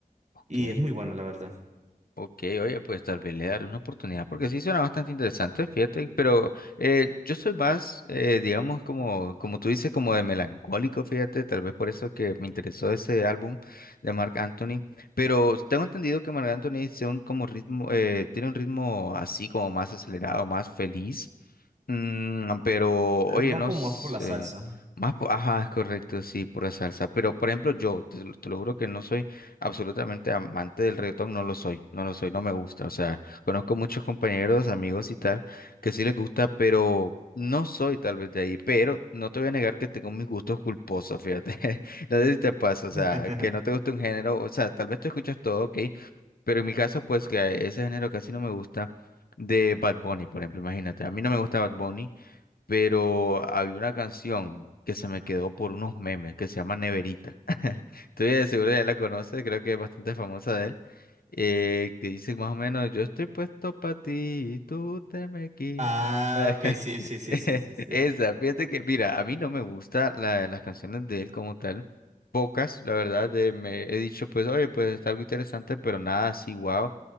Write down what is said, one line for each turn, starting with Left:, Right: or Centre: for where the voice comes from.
Left: ok,
Right: Y es muy bueno, la verdad.
Left: ok, oye, pues tal vez le daré una oportunidad porque sí suena bastante interesante, fíjate, pero eh, yo soy más, eh, digamos, como, como tú dices, como de melancólico, fíjate, tal vez por eso que me interesó ese álbum de Marc Anthony, pero tengo entendido que Marc Anthony tiene un, como ritmo, eh, tiene un ritmo así como más acelerado, más feliz. Mm, pero, oye,
Right: Eh, Va
Left: no
Right: como
Left: sé.
Right: más por la salsa.
Left: Más, po- ajá, es correcto, sí, pura salsa. Pero, por ejemplo, yo, te, lo te lo juro que no soy absolutamente amante del reggaetón, no lo soy, no lo soy, no me gusta. O sea, conozco muchos compañeros, amigos y tal, que sí les gusta, pero no soy tal vez de ahí. Pero no te voy a negar que tengo mis gustos culposos, fíjate. <laughs> No sé si te pasa,
Right: <laughs>
Left: o sea, que no te gusta un género, o sea, tal vez tú escuchas todo, ok, pero en mi caso, pues que ese género casi no me gusta de Bad Bunny, por ejemplo, imagínate, a mí no me gusta Bad Bunny, pero había una canción que se me quedó por unos memes que se llama Neverita. <laughs> Estoy de seguro ya la conoces, creo que es bastante famosa de él, eh, que dice más o menos, yo estoy puesto para ti y tú te me quitas.
Right: Ah,
Left: <laughs>
Right: ok, sí, sí, sí, sí, sí, sí.
Left: Esa, fíjate que, mira, a mí no me gusta la- las canciones de él como tal. Pocas, la verdad, de- me he dicho, pues, oye, pues está algo interesante, pero nada así, wow.